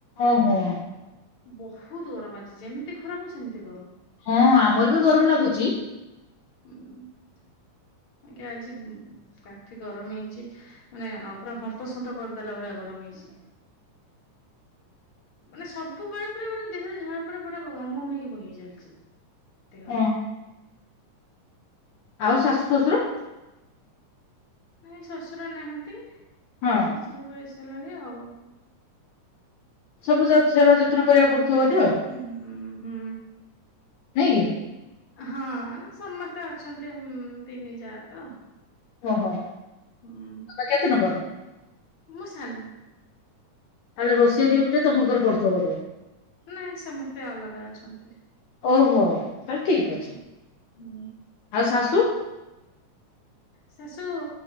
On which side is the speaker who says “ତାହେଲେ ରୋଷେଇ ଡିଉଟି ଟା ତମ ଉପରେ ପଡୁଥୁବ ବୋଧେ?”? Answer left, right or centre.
Left